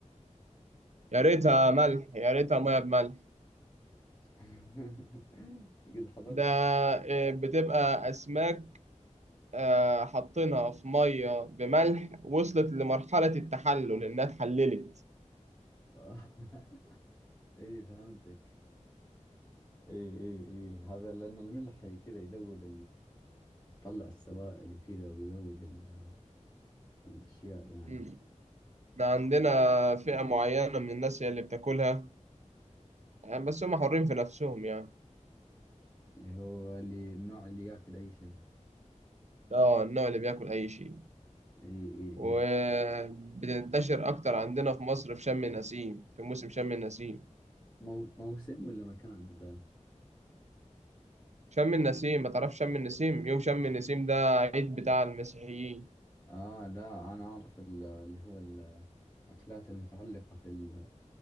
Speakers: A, on the right; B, on the left.
A: يا ريتها ملح يا ريتها مية بملح
B: <laughs> قد حضرت
A: ده آه، بتبقى أسماك آه، حاطينها في مية بملح وصلت لمرحلة التحلل إنها اتحللت
B: <laughs> إي فهمتك إي إي إي هذا لأن الملح كذا يذوب يطلع السوائل وكذا ويذوب ال- الأشياء يعني
A: مم. إحنا عندنا فئة معينة من الناس هي اللي بتاكلها آه، بس هم حرين في نفسهم يعني
B: اللي هو اللي النوع اللي ياكل أي شيء
A: اه النوع اللي بياكل أي شيء
B: إي إي
A: وبتنتشر
B: إي
A: أكتر عندنا في مصر في شم النسيم في موسم شم النسيم
B: مو موسم ولا مكان ذا
A: شم النسيم ما تعرفش شم النسيم يوم شم النسيم ده عيد بتاع المسيحيين
B: آه لا أنا أعرف ال- اللي هو الأكلات المتعلقة في ال-